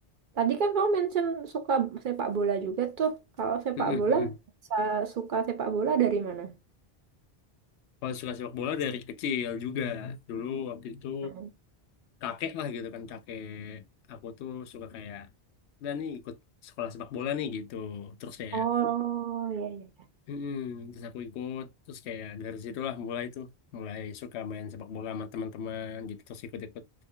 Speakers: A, on the right; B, on the left.
A: Tadi kan kamu mention suka sepak bola juga tuh. Kalau sepak
B: Mm-mm,
A: bola,
B: mm-mm.
A: sa- suka sepak bola dari mana?
B: kalau suka sepak bola dari kecil juga dulu waktu itu
A: Mhm.
B: kakek lah gitu kan kakek aku tuh suka kayak dan nih ikut sekolah sepak bola nih gitu terus kayak
A: Oh, iya iya.
B: mm-mm, terus aku ikut terus kayak dari situlah mulai tuh mulai suka main sepak bola sama teman-teman gitu terus ikut-ikut